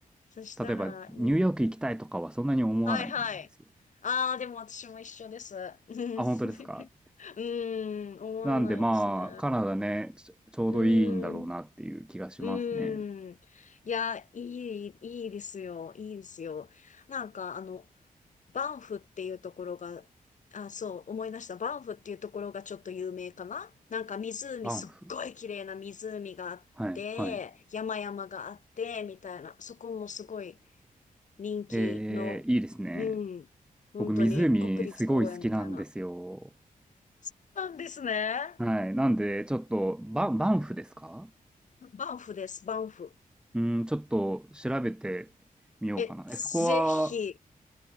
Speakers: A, on the left; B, in the centre.
A: そしたらいい。
B: 例えば、ニューヨーク行きたいとかはそんなに思わないんですよ。
A: はいはい。ああ、でも私も一緒です。<laughs> うん、
B: あ、
A: <laughs>
B: 本当ですか。
A: うん思わないですね。
B: なんでまあ、カナダね、ちょ、ちょうどいいんだろうなっていう気がしますね。
A: うん、うん。いや、いい、いいですよ、いいですよ。なんか、あの、バンフっていうところが、あ、そう、思い出した。バンフっていうところがちょっと有名かななんか湖、
B: バンフ。
A: すっごい綺麗な湖があって、
B: はい、はい。
A: 山々があって、みたいな。そこもすごい人気の、
B: えー、いいですね。
A: うん、本当に国立公園みたいな。
B: 僕、湖すごい好きなんですよ。
A: そうなんですね。
B: はい。なんで、ちょっと、バン、バンフですか
A: バンフです、バンフ。
B: うん、ちょっと調べてみようかな。
A: え、ぜひ。
B: え、そこは、